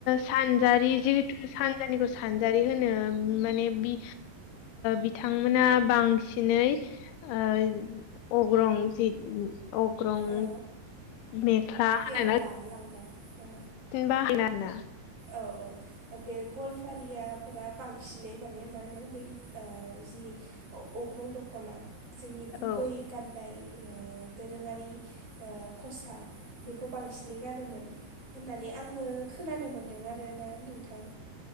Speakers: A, on the left; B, on the right.
A: सानजारि जिहेतु सानजानिखौ सानजारि होनो माने बि बिथांमोना बांसिनै आ अग्रं अग्रं
B: ओ
A: मेख्ला
B: लांगा
A: होना
B: लांगा औ
A: बाहिन आरो ना
B: औ औ बे गवालफारिया फोर बांसिनै माने मा होनो बै जि अग्रं दख'ना जोंनि गुबै
A: औ
B: गाननाय दोरोङारि खसाब बेखौ बांसिनै गानोमोन होननानै आङो खोनानो मोनदों आरो ना नोंथां